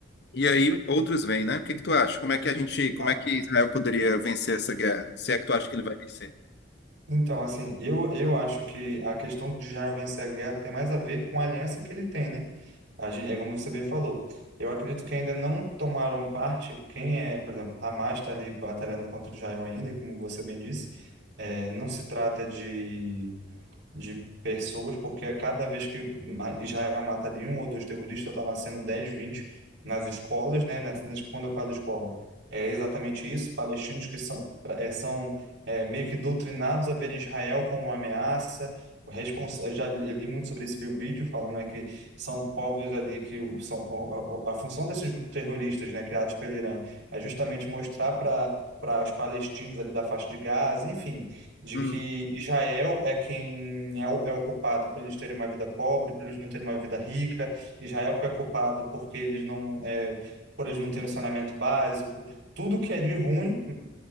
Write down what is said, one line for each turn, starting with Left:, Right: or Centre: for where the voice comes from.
Left: e aí outros vêm, né? O que que tu acha? Como é que a gente,
Right: Não.
Left: como é que Israel poderia vencer essa guerra? Se é que tu acha que ele vai vencer?
Right: Então, assim, eu, eu acho que a questão de Israel vencer a guerra tem mais a ver com a aliança que ele tem, né? A gente, é como você bem falou. Eu acredito que ainda não tomaram parte, quem é, por exemplo, Hamas está ali batalhando contra Israel ainda, e como você bem disse, eh, não se trata de de pessoas, porque a cada vez que ma- Israel mata de um ou dois terroristas, está nascendo 10, 20 nas escolas, né? Nas, nas- quando eu falo escola, é exatamente isso. Palestinos que são, pra- é, são é, meio que doutrinados a ver Israel como uma ameaça. O Respons... Eu já li li muito sobre isso, vi o vídeo falando, né, que são povos ali que o- são o- o- a função desses grupos terroristas, né, criados pelo Irã, é justamente mostrar para para os palestinos ali da faixa de Gaza, enfim, de
Left: Hum.
Right: que Israel é quem é o, é o culpado por eles terem uma vida pobre, por eles não terem uma vida rica, Israel que é culpado porque eles não, é, por eles não terem um saneamento básico, tudo que é de ruim